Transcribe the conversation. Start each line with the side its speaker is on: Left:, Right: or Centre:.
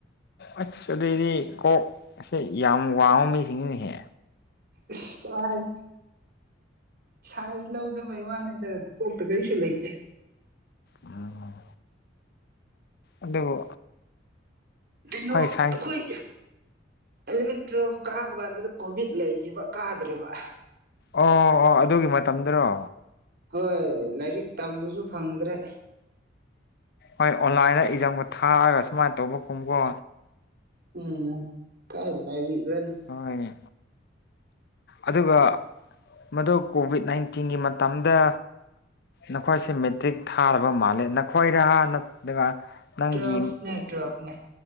Left: ꯑꯁ ꯑꯗꯨꯏꯗꯤ ꯀꯣꯛꯁꯦ ꯌꯥꯝ ꯋꯥꯡꯕ ꯃꯤꯁꯤꯡꯅꯤꯅꯦꯍꯦ
Right: ꯏꯁ ꯀꯔꯥꯏ ꯁꯥꯏꯁꯟ ꯂꯧꯖꯕꯩ ꯋꯥꯅꯤꯗ ꯀꯣꯛꯇ ꯀꯔꯤꯁꯨ ꯂꯩꯇꯦ
Left: ꯎꯝ ꯑꯗꯨꯕꯨ
Right: ꯀꯩꯅꯣ
Left: ꯍꯣꯏ ꯁꯥꯏꯟꯁ
Right: ꯑꯩꯈꯣꯏ ꯑꯦꯂꯚꯦꯟ ꯇꯨꯋꯦꯞ ꯀꯥꯕ ꯀꯥꯟꯗꯨꯗ ꯀꯣꯚꯤꯠ ꯂꯩꯈꯤꯕ ꯀꯥꯗ꯭ꯔꯦꯕ
Left: ꯑꯣ ꯑꯣ ꯑꯗꯨꯒꯤ ꯃꯇꯝꯗꯔꯣ
Right: ꯍꯣꯏ ꯂꯥꯏꯔꯤꯛ ꯇꯝꯕꯁꯨ ꯐꯪꯗ꯭ꯔꯦ
Left: ꯍꯣꯏ ꯑꯣꯟꯂꯥꯏꯟꯗ ꯏꯖꯥꯝꯒ ꯊꯥꯔꯒ ꯁꯨꯃꯥꯏꯅ ꯇꯧꯕ ꯀꯨꯝꯕꯣ
Right: ꯎꯝ ꯀꯥꯏ ꯂꯩꯔꯅꯤ
Left: ꯍꯣꯏꯅꯤ ꯑꯗꯨꯒ ꯃꯗꯨ ꯀꯣꯚꯤꯠ ꯅꯥꯏꯟꯇꯤꯟꯒꯤ ꯃꯇꯝꯗ ꯅꯈꯣꯏꯁꯦ ꯃꯦꯇ꯭ꯔꯤꯛ ꯊꯥꯔꯕ ꯃꯥꯜꯂꯦ ꯅꯈꯣꯏꯔ ꯅꯠꯇ꯭ꯔꯒ ꯅꯪꯒꯤ
Right: ꯇꯨꯋꯦꯜꯐꯅꯦ ꯇꯨꯋꯦꯜꯐꯅꯦ